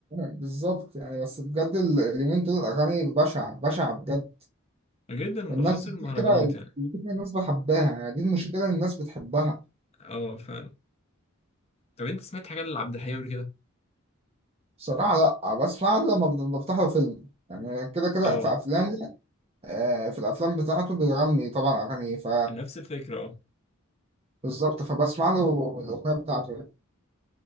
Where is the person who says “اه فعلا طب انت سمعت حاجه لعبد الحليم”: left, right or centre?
Left